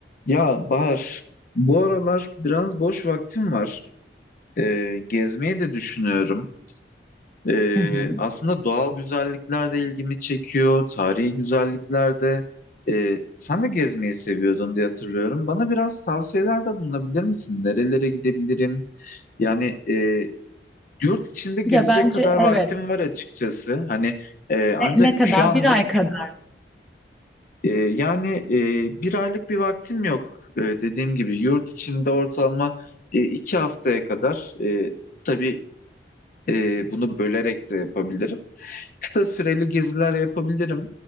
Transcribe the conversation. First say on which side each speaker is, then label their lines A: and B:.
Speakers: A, on the left; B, in the centre.
A: Ya Bahar, bu aralar biraz boş vaktim var. Ee, gezmeyi de düşünüyorum. Ee,
B: Hı hı.
A: aslında doğal güzellikler de ilgimi çekiyor, tarihi güzellikler de. Ee, sen de gezmeyi seviyordun diye hatırlıyorum. Bana biraz tavsiyelerde bulunabilir misin? Nerelere gidebilirim? Yani e, yurt içinde gezecek
B: Ya bence
A: kadar vaktim
B: evet.
A: var açıkçası. Hani e, ancak
B: Ne, ne kadar?
A: şu anlık
B: Bir ay kadar.
A: Ee, yani e, bir aylık bir vaktim yok. Ee, dediğim gibi yurt içinde ortalama e, iki haftaya kadar e, tabii e, bunu bölerek de yapabilirim. Kısa süreli geziler yapabilirim.